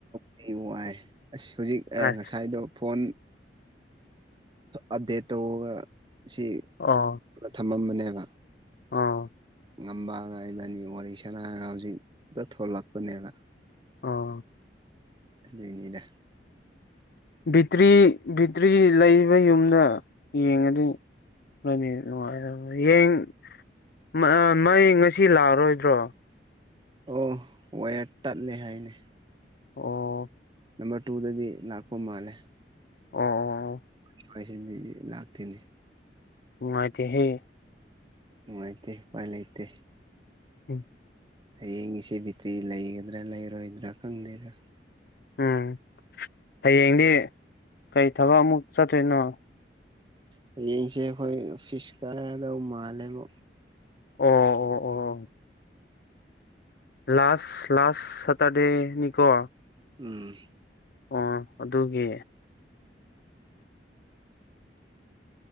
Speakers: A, on the right; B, on the left.
A: ꯑꯩ ꯋꯥꯥꯏ ꯑꯁ ꯍꯧꯖꯤꯛ
B: ꯑꯁ
A: ꯉꯁꯥꯏꯗꯣ ꯐꯣꯟ ꯑꯞꯗꯦꯠ ꯇꯧꯔꯒ ꯁꯤ
B: ꯑꯥ
A: ꯊꯝꯃꯝꯕꯅꯦ ꯀꯩꯪꯍꯥꯏꯕ
B: ꯑꯥ
A: ꯉꯝꯕꯒ ꯑꯩ ꯑꯅꯤ ꯋꯥꯔꯤ ꯁꯅꯥꯒ ꯍꯧꯖꯤꯛꯛꯇ ꯊꯣꯛꯂꯛꯄꯅꯦꯕ
B: ꯑꯣ
A: ꯑꯗꯨꯏꯅꯤꯗ
B: ꯕꯤꯇ꯭ꯔꯤ ꯕꯤꯠꯇ꯭ꯔꯤ ꯂꯩꯕ ꯌꯨꯝꯗ ꯌꯦꯡꯉꯅꯤ <unintelligible> ꯃꯩ ꯉꯁꯤ ꯂꯥꯛꯑꯔꯣꯏꯗ꯭ꯔꯣ
A: ꯑꯣ ꯋꯥꯏꯔ ꯇꯠꯂꯦ ꯍꯥꯏꯅꯦ
B: ꯑꯣ ꯑꯣ
A: ꯅꯝꯕꯔ ꯇꯨꯗꯗꯤ ꯂꯥꯛꯄ ꯃꯥꯂꯦ
B: ꯑꯣ ꯑꯣ
A: ꯑꯩꯈꯣꯏ ꯁꯤꯗꯤ ꯂꯥꯛꯇꯅꯦ
B: ꯅꯨꯡꯉꯥꯏꯇꯦ ꯍꯦ
A: ꯅꯨꯡꯉꯥꯏꯇꯦ ꯎꯄꯥꯏ ꯂꯩꯇꯦ
B: ꯎꯝ
A: ꯍꯌꯦꯡ ꯏꯆꯦ ꯕꯤꯇ꯭ꯔꯤ ꯂꯩꯒꯗ꯭ꯔꯥ ꯂꯩꯔꯣꯏꯗ꯭ꯔꯥ ꯈꯪꯗꯦꯗꯥ
B: ꯎꯝ ꯍꯌꯦꯡꯗꯤ ꯀꯩ ꯊꯕꯛ ꯑꯃꯨꯛ ꯆꯠꯇꯣꯏꯅꯣ
A: ꯍꯌꯦꯡꯁꯦ ꯑꯩꯈꯣꯏ ꯑꯣꯐꯤꯁ ꯀꯥꯗꯧ ꯃꯥꯂꯦꯕꯣ
B: ꯑꯣ ꯑꯣ ꯑꯣ ꯑꯣ ꯂꯥꯁ ꯂꯥꯁ ꯁꯇꯥꯔꯗꯦꯅꯤꯀꯣ
A: ꯎꯝ
B: ꯑꯣ ꯑꯗꯨꯒꯤ